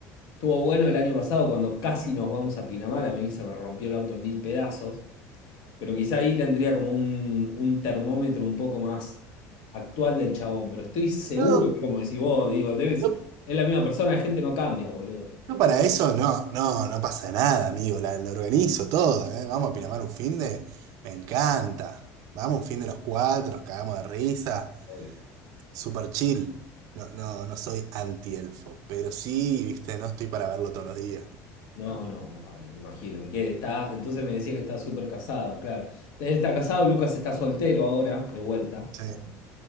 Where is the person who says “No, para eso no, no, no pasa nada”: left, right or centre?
Right